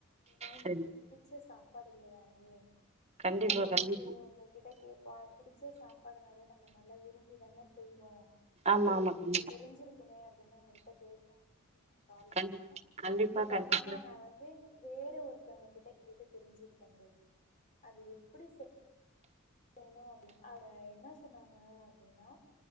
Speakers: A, on the left; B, on the right.
A: ஏன்னா உங்களுக்கு
B: சரி
A: புடிச்ச சாப் சாப்பாடு இல்லையா அது
B: கண்டிப்பா
A: சரி
B: கண்டிப்பா
A: ஓகே உங்ககிட்ட கே பா பிடிச்ச சாப்பாடுனாலே நம்ம நல்லா விரும்பிதான செய்வோ
B: ஆமா
A: சரி
B: ஆமா
A: உங்களுக்கு
B: கண்டிப்பா
A: தெரிஞ்சிருக்குமே அப்டின்னு உங்க கிட்ட கேக்கலாமேண்ட்டு நா கால்
B: கண்டி
A: பண்னா
B: கண்டிப்பா
A: இப்ப பாத்தீங்கன்னா
B: கண்டிப்பா
A: நான் வந்து வேற ஒருத்தவங்க கிட்ட கேட்டு தெரிஞ்சுகிட்டே தோழி அது எப்டி சொ என்ன வேணு அவ என்ன சொன்னாங்க அப்படின்னா